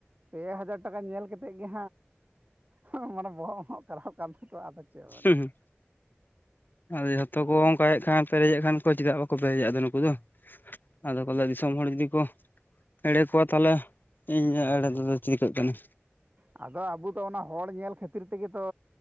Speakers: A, on the right (about 40°); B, on the left (about 50°).
A: ᱯᱮ ᱦᱟᱡᱟᱨ ᱴᱟᱠᱟ ᱧᱮᱞ ᱠᱟᱛᱮᱫ ᱜᱮ ᱦᱟᱸᱜ ᱢᱟᱱᱮ ᱵᱚᱦᱚᱜ ᱦᱚᱸ ᱠᱚᱨᱟᱯ ᱠᱟᱱ ᱛᱟᱠᱚᱣᱟ ᱟᱫᱚ ᱪᱮᱫ ᱮᱢ ᱢᱮᱱᱟ
B: ᱦᱩᱸ-ᱦᱩᱸ ᱟᱫᱚ ᱡᱷᱚᱛᱚ ᱠᱚ ᱚᱱᱠᱟᱭᱮᱫ ᱠᱷᱟᱱ ᱯᱮᱨᱮᱡᱮᱫ ᱠᱷᱟᱱ ᱠᱚ ᱪᱮᱫᱟᱜ ᱵᱟᱠᱚ ᱯᱮᱨᱮᱡᱟ ᱟᱫᱚ ᱱᱩᱠᱩ ᱫᱚ ᱟᱫᱚ ᱠᱚ ᱞᱟᱹᱭᱟ ᱫᱤᱥᱚᱢ ᱦᱚᱲ ᱡᱩᱫᱤ ᱠᱚ ᱮᱲᱮ ᱠᱚᱣᱟ ᱛᱟᱦᱚᱞᱮ ᱤᱧᱦᱚᱸ ᱮᱲᱮ ᱛᱮᱫᱚ ᱪᱤᱠᱟᱹᱜ ᱠᱟᱱᱟ
A: ᱟᱫᱚ ᱟᱵᱚ ᱫᱚ ᱚᱱᱟ ᱦᱚᱲ ᱧᱮᱞ ᱠᱷᱟᱹᱛᱤᱨ ᱛᱮᱜᱮ ᱛᱚ